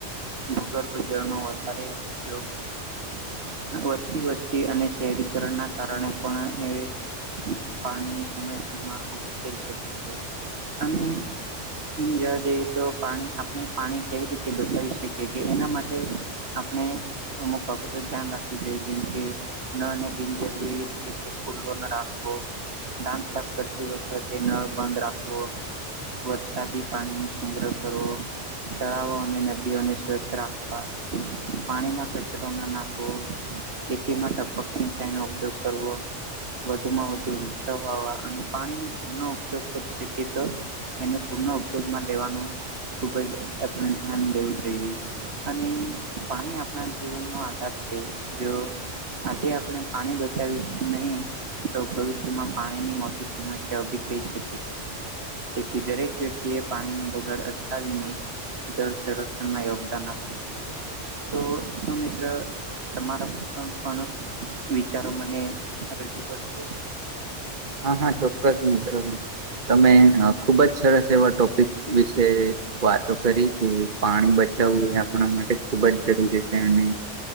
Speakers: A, on the right; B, on the right.
A: ભૂગર્ભ જળનો વધારે ઉપયોગ વધતી વસ્તી અને શહેરીકરણના કારણે પણ એ પાણીની સમસ્યા માં ઉભી થઈ શકે છે અને એમ જોવા જઈએ તો પાણી આપણે પાણી કેવી રીતે બચાવી શકીએ કે એના માટે આપણે અમુક બાબતો ધ્યાન રાખવીું જોઈએ જેમ કે ને બિનજરૂરી રીતે ખુલ્લું ન રાખવો દાંત સાફ કરતી વખત નળ બંધ રાખવો. વરસાદી પાણી નો સંગ્રહ કરવો તળાવો અને નદીઓને સ્વચ્છ રાખવા પાણીમાં કચરો ના નાખવો ખેતી માટે ટપક સિંચાઈ નો ઉપયોગ કરવો વધુમાં વધુ વૃક્ષ વાવા અને પાણી ન પૂર્ણ ઉપયોગ કરી શકીએ તો એને પૂર્ણ ઉપયોગમાં લેવાનું ખુબ જ આપણે ધ્યાન લેવું જોઈએ અને પાણી આપણા જીવનનો આધાર છે જો આજે આપણે પાણી બચાવીશું નહી તો ભવિષ્યમાં પાણીની મોટી સમસ્યા ઉભી થઈ શકે છે. તેથી દરેક વ્યક્તિ એ પાણીનો બગાડ અટકાવીને જલ સંરક્ષણમાં યોગદાન આપવું જોઈએ. તો શું મિત્ર તમારા પ પણ આપવાનો. વિચારો મને રજૂ કરશો.
B: હા હા, ચોક્કસ મિત્ર તમે. ખુબ જ સરસ એવા ટોપિક વિશે વાતો કરી કે પાણી બચાવવું હોય આપણા માટે ખુબ જ જરૂરી છે અને